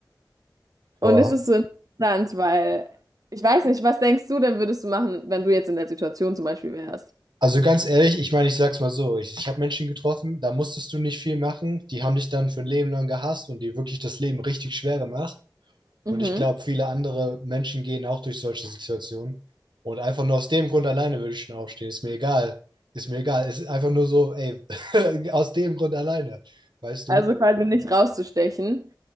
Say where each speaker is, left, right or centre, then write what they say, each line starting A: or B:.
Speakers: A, on the right; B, on the right.
A: Und
B: Boah.
A: es ist so interessant, weil ich weiß nicht, was denkst du denn, würdest du machen, wenn du jetzt in der Situation zum Beispiel wärst?
B: Also ganz ehrlich, ich meine, ich sag's mal so, ich, ich habe Menschen getroffen, da musstest du nicht viel machen, die haben dich dann für ein Leben lang gehasst und dir wirklich das Leben richtig schwer gemacht.
A: Mhm.
B: Und ich glaube, viele andere Menschen gehen auch durch solche Situationen. Und einfach nur aus dem Grund alleine würde ich schon aufstehen. Ist mir egal. Ist mir egal. Ist einfach nur so, ey, <laughs> aus dem Grund alleine. Weißt du?
A: Also quasi nicht rauszustechen.